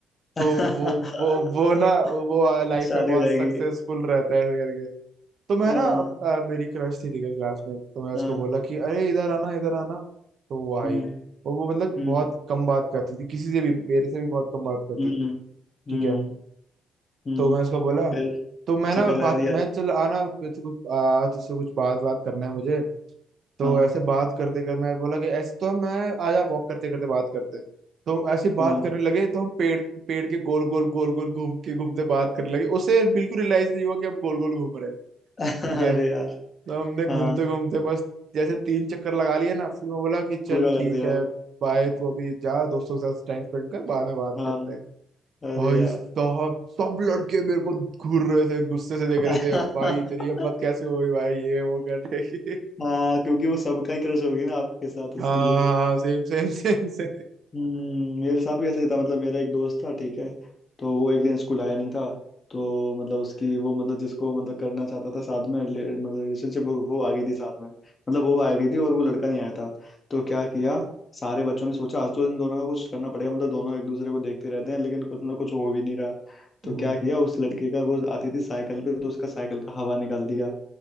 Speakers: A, on the left (about 35°); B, on the right (about 60°).
A: <laughs>
B: तो वो वो वो ना वो लाइफ
A: शादी
B: में बहुत
A: हो जाएगी
B: सक्सेसफुल रहता है ऐसा करके तो मैं
A: हाँ
B: ना अप- अ, मेरी क्रश थी ठीक है क्लास में तो मैं उसको
A: हाँ
B: बोला कि अरे इधर आना इधर आना तो वो आई
A: हम्म हम्म
B: और वो मतलब
A: हम्म
B: बहुत कम बात करती थी किसी से भी मेरे से भी बहुत कम बात करती
A: हम्म
B: थी ठीक
A: हम्म
B: है
A: हम्म,
B: तो मैं उसको बोला
A: फिर
B: तो मैं
A: चक्कर
B: ना
A: लगा
B: बात
A: दिया
B: मैं चल आना तुझसे कुछ आ, तुझसे कुछ बात बात करना है मुझे तो
A: हाँ
B: ऐसे बात करते कर मैं बोला कि ऐसे तो मैं आज वॉक करते करते बात करते हैं तो हम ऐसे बात
A: हाँ
B: करने लगे तो हम पेड़ पेड़ के गोल गोल गोल गोल घूम के घूमते बात करने लगे उसे बिल्कुल रियलाइज नहीं हुआ कि हम गोल गोल घूम रहे हैं
A: <laughs> अरे
B: ठीक है
A: यार
B: तो हमने घूमते
A: हाँ
B: घूमते मस्त जैसे तीन चक्कर लगा लिए ना फिर मैं बोला कि चल
A: पूरा
B: ठीक
A: कर दिया
B: है बाय तू अभी जा दोस्तों के साथ टाइम स्पेंड कर बाद में बात
A: हाँ
B: करते हैं
A: अरे
B: भाई
A: यार
B: साहब सब लड़के मेरे को घूर रहे थे गुस्से से देख
A: <laughs>
B: रहे थे अब भाई तेरी हिम्मत कैसे हुई भाई ये वो करने की
A: हाँ क्योंकि वो सबका ही क्रश होगी ना आपके
B: <laughs>
A: साथ इसलिए
B: हाँ सेम सेम सेम सेम
A: हम्म, मेरे साथ भी ऐसा ही था मतलब मेरा एक दोस्त था ठीक है तो वो एक दिन स्कूल आया नहीं था तो मतलब उसकी वो मतलब जिसको मतलब करना चाहता था साथ में रिले- मतलब रिलेशनशिप वो वो आ गई थी साथ में मतलब वो आ गई थी और वो लड़का नहीं आया था तो क्या किया सारे बच्चों ने सोचा आज तो इन दोनों को कुछ करना पड़ेगा मतलब दोनों एक दूसरे को देखते रहते हैं लेकिन कुछ ना कुछ हो भी नहीं रहा तो
B: हम्म
A: क्या किया उस लड़के का वो आती थी साइकिल पे तो उसका साइकिल का हवा निकाल दिया